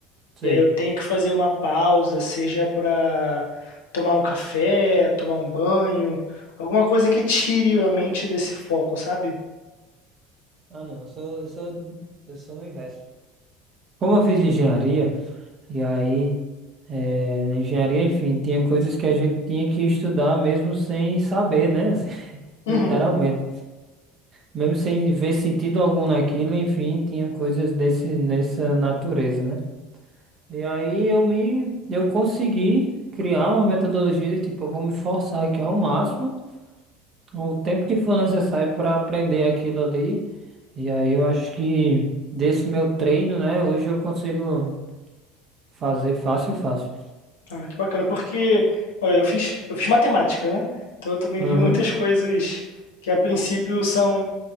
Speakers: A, on the right (about 35°); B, on the left (about 70°).
A: Sei.
B: E aí eu tenho que fazer uma pausa, seja para tomar um café, tomar um banho, alguma coisa que tire a mente desse foco, sabe?
A: Ah, não, eu sou, eu sou, eu sou o inverso. Como eu fiz engenharia, e aí, eh, na engenharia, enfim, tinha coisas que a gente tinha que estudar mesmo sem saber, né? <laughs> Assim,
B: Uhum.
A: Literalmente. Mesmo sem ver sentido algum naquilo, enfim, tinha coisas desse, nessa natureza, né? E aí eu me, eu consegui criar uma metodologia de tipo, eu vou me forçar aqui ao máximo, o tempo que for necessário para aprender aquilo ali. E aí eu acho que desse meu treino, né, hoje eu consigo fazer fácil, fácil.
B: Ah, que bacana, porque, olha, eu fiz, eu fiz matemática, né? Então eu também
A: Uhum,
B: vi muitas coisas que a princípio são